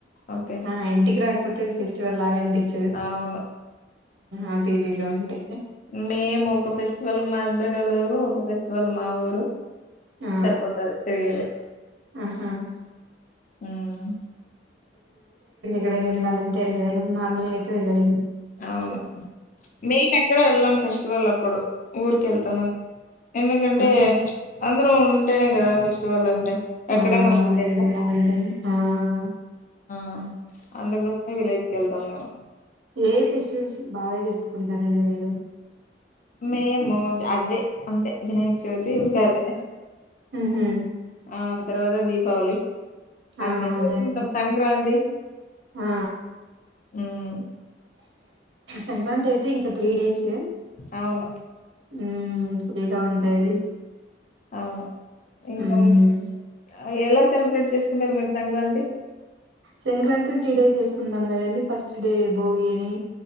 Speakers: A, on the left; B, on the right.
A: ఓకే
B: ఆ ఇంటికి రాకపోతె <unintelligible> ఫెస్టివల్ లాగ అనిపించదు
A: అవును
B: ఆ పీజి లో ఉంటే
A: మేము ఒక ఫెస్టివల్ కి మా హస్బెండొళ్ళూరు ఒక ఫెస్టివల్ మా ఊరు హలో
B: ఆ
A: సరిపోతాది తిరిగేదే
B: ఆహా <unintelligible>
A: ఉమ్
B: మళ్ళ ఇంకేం <unintelligible> నార్మల్ గైతే వెళ్ళలేం
A: అవును మెయిన్ ఎక్కడ వెళ్ళం ఫెస్టివల్ అప్పుడు ఊరికెళ్తామ ఎందుకంటే
B: ఆహా
A: అందరూ ఉంటేనే కదా ఫెస్టివల్ అంటే
B: <unintelligible>
A: ఎక్కడన్నా వెళ్తే ఎట్లా ఆ అందుకోసమే విలేజ్ కెళ్తాం మేము
B: ఏ ఫెస్టివల్స్ బాగా జరుపుకుంటారండి మీరు
A: మేముద్ అదే అంతే వినాయక్ చవితి ఉగాదే
B: మ్మ్ హ్మ్
A: ఆ తర్వాత దీపావళి
B: ఆ
A: అన్ని
B: అవునులేండి
A: జరుపుకుంటాం సంక్రాంతి
B: ఆ
A: ఉమ్
B: సంక్రాంతి అయితే ఇంక త్రీ డేస్
A: అవును
B: హ్మ్ ఫ్రీగా ఉంటది
A: అవును ఇంక
B: ఉమ్
A: <inaudible> ఎలా సెలబ్రేట్ చేసుకుంటారు మీరు సంక్రాంతి
B: సంక్రాంతి త్రీ డేస్ చేసుకుంటాం కదండి ఫస్ట్ డే భోగి అని